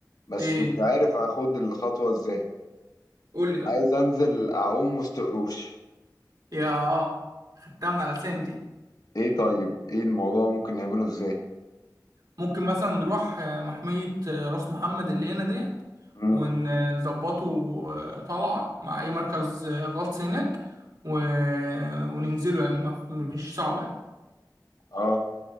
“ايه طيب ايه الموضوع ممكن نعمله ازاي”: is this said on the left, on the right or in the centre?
Left